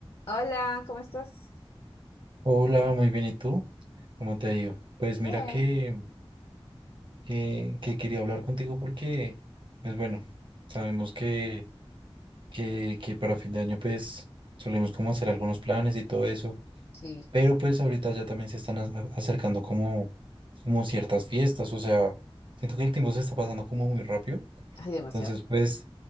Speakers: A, on the left; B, on the right.
A: Hola, ¿cómo estás?
B: Hola, muy bien. ¿Y tú? ¿Cómo te ha ido? Pues mira
A: Bien,
B: que, que, que quería hablar contigo porque, pues bueno, sabemos que, que, que para fin de año pues solemos como hacer algunos planes y todo eso,
A: Sí,
B: pero pues ahorita ya también se están a- acercando como, como ciertas fiestas, o sea, siento que el tiempo se está pasando como muy rápido,
A: hay demasiado.
B: entonces pues